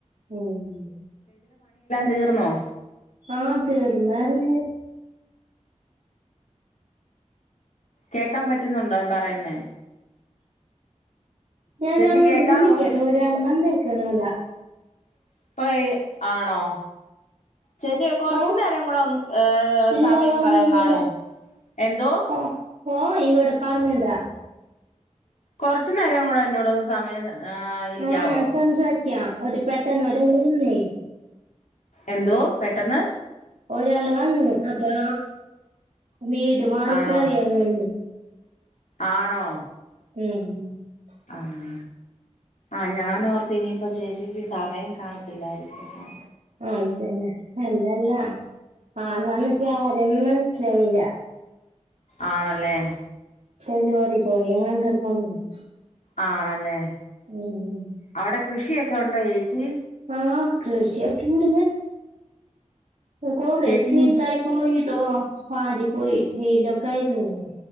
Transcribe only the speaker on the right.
മ്
ആ തീർന്നറ്ഞ്ഞ്
ഞാനങ്ങോട്ട്
വിളിക്കട്ടോ ഒരാള് വന്നേക്കണെവെടാ
ഓ
ഇല്ല
പറഞ്ഞില്ലല്ലോ
ഓ ഓ ഇവിടെ പറഞ്ഞതാ
ആ സംസാരിക്ക ഒരു പെട്ടന്ന് ഒരാണാണേ
ഒരാള് വന്ന് അപ്പൊ വീട്മാറി
കേറിയന്നന്ന്
മ്
അതെന്നെ അല്ലല്ലാ ആ ആരാന്നിക്യാദിയം മനസ്സിലായില്ല്യ
ഡെലിവറി ബോയിങ്ങാണ്ടന്നാന്നുണു
ഉം ഉം
ആഹ കൃഷിയൊക്കെണ്ടെന്നേ കൊറേ
ചീത്തായി പോയിടോ വാടി പോയി വെയിലൊക്കെ ആയിരുന്നില്ലേ